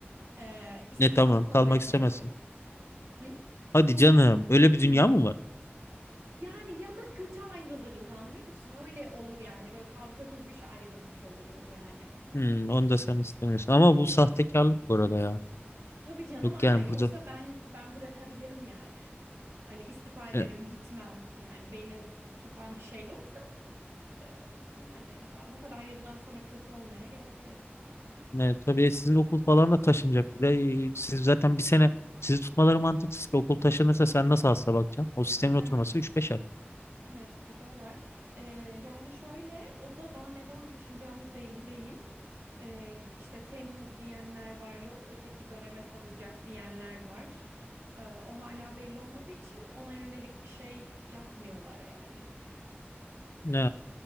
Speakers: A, on the right; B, on the left.
A: Ee, istifamı
B: Ne tamam
A: kabul
B: kalmak
A: etmeyebilir.
B: istemezsin.
A: Hı?
B: Hadi canım öyle bir dünya
A: Hı.
B: mı var?
A: Yani ya da kötü ayrılırız anlıyor musun? Öyle olur yani böyle kavga dövüş ayrılmış oluruz yani.
B: Hmm, onu da sen istemiyorsun. Ama bu sahtekarlık bu arada ya.
A: Tabii canım
B: Yok
A: aynen
B: yani
A: yoksa
B: burada
A: ben ben bırakabilirim yani. Hani istifa ederim
B: e,
A: gitmem yani beni tutan bir şey yok da e, yani ya bu kadar yıldan sonra kötü olmaya gerek yok.
B: e, tabii sizin okul falan da taşınacak. Bir de e, siz zaten bir sene sizi tutmaları mantıksız ki okul taşınırsa sen nasıl hasta bakacaksın? O sistemin
A: Ha,
B: oturması üç beş ay.
A: evet bir de o var. E, yani şöyle o da daha ne zaman taşınacağımız belli değil. E, işte Temmuz diyenler var yok öteki döneme kalacak diyenler var. E, o hala belli olmadığı için ona yönelik bir şey yapmıyorlar yani.
B: Ya,